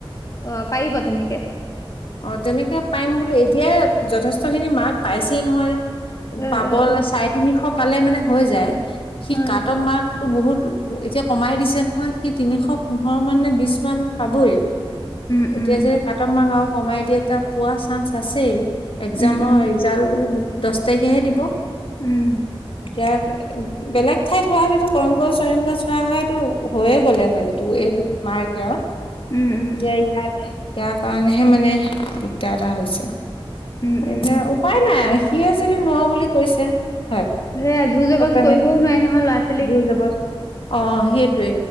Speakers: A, on the left; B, on the left.
A: অ পাৰিব তেনেকে।
B: অ তেনেকে পাইম বোলি এতিয়াই যথেষ্ট খিনি মাৰ্ক পাইছেই নহয়।
A: অ
B: পাব
A: অ
B: লে
A: অ
B: চাৰে তিনিশ পালে মানে হৈ যায় সি
A: অ
B: কাট মাৰ্ক। টো বহুত এতিয়া কমাই দিছে নহয় সি তিনিশ পোন্ধৰ মান নে বিশ মান পাবই।
A: উম
B: এতিয়া
A: উম
B: যে কাট মাৰ্ক আৰু কমাই দিয়ে এটা পোৱা চান্স আছেই একজামৰ।
A: উম উম
B: জাল দহ তাৰিখেহে দিব।
A: উম।
B: এতিয়া বেলেগ ঠাইত হোৱাহেটেতো কৰিগ চৰিগ চোৱা হয় সেতু হৈয়ে গ'লে হয় এইটো এ <unintelligible>
A: উম উম
B: যে ইয়াত ইয়াৰ কাৰণেহে মানে দিগদাৰ এটা হৈছে।
A: উম উম।
B: <inaudible> উপায় নাই সিয়ে যদি নোৱাৰো বুলি কৈছে হয়।
A: সেইয়া জুৰ জবজ
B: ত' তেনেকে
A: কৰিবও নোৱাৰি নহয় ল'ৰা ছোৱালীক।
B: <inaudible> অ', সেইটোৱে